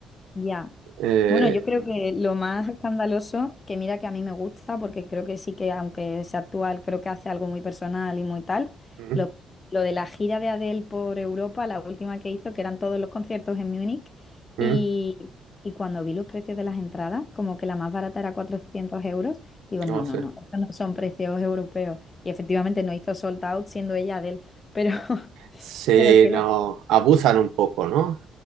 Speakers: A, on the left; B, on the right.
A: Ya,
B: Eh,
A: Bueno, yo creo que lo más escandaloso, que mira que a mí me gusta, porque creo que sí que, aunque sea actual, creo que hace algo muy personal y muy tal,
B: mm,
A: lo, lo de la gira de Adele por Europa, la última que hizo, que eran todos los conciertos en Múnich, y,
B: mm,
A: y cuando vi los precios de las entradas, como que la más barata era 400 euros, digo, no,
B: no
A: no,
B: sé.
A: no, estos no son precios europeos. Y efectivamente no hizo sold out siendo ella Adele, pero, <laughs>
B: Sí,
A: pero que
B: no,
A: lo...
B: abusan un poco, ¿no?